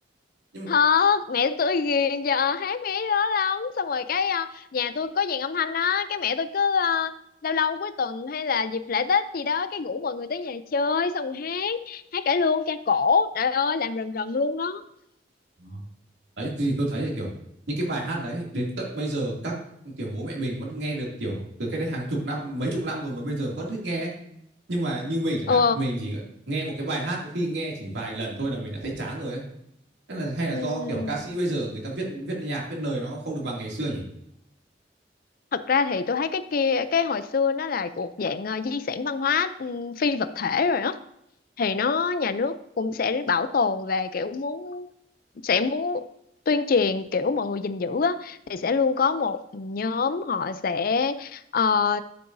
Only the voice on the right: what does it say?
Nhưng mà
Đó. đấy thì tôi thấy là kiểu những cái bài hát đấy đến tận bây giờ các kiểu bố mẹ mình vẫn nghe được kiểu từ cách đây hàng chục năm mấy chục năm rồi mà bây giờ vẫn thích nghe nhưng mà như mình chẳng
hạn mình chỉ nghe một cái bài hát có khi nghe chỉ vài lần thôi là mình đã thấy chán rồi ấy. Tức là hay là
do, kiểu, ca sĩ bây giờ người ta viết viết nhạc, viết lời nó không được bằng ngày xưa nhỉ?